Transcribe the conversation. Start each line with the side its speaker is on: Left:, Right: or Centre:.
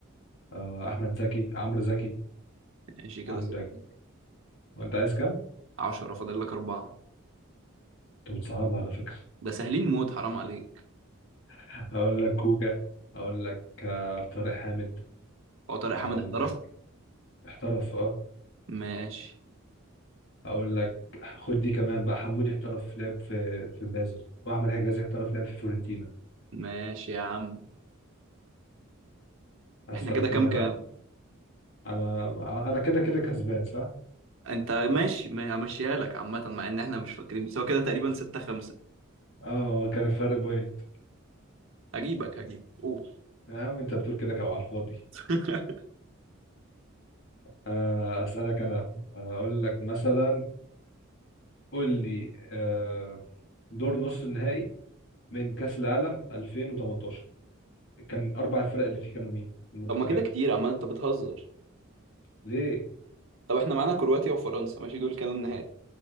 Left: آه، احمد زكي عمرو زكي
Right: ماشي كده
Left: عندك
Right: ستة
Left: وانت عايز كام
Right: عشرة فاضل لك أربعة
Left: انت بتصعبها على فكره
Right: ده سهلين موت حرام عليك
Left: <laughs> هقول لك كوكا هقول لك آه، طارق حامد
Right: هو طارق حامد
Left: هقول
Right: احترف
Left: لك احترف اه
Right: ماشي
Left: هقول لك خد دي كمان بقى حمودي احترف لعب في في بازل واحمد حجازي احترف لعب في فيورنتينا
Right: ماشي يا عم
Left: هسألك
Right: احنا كده كام
Left: انا بقى
Right: كام
Left: انا انا كده كده كسبان صح
Right: انت ماشي ما- همشيها لك عامة مع ان احنا مش فاكرين بس هو كده تقريبا ستة خمسة
Left: اه هو كان الفرق بوينت
Right: هجيبك هجيبك قول
Left: يا عم انت بتقول كده كده على الفاضي
Right: <laughs>
Left: آه، اسالك انا اقول لك مثلا قول لي آه، دور نص النهائي من كأس العالم 2018 كان أربع الفرق اللي فيه كانوا مين؟ المنتخبات
Right: طب ما كده كتير عمال انت بتهزر
Left: ليه؟
Right: طب احنا معانا كرواتيا وفرنسا ماشي دول كانوا النهائي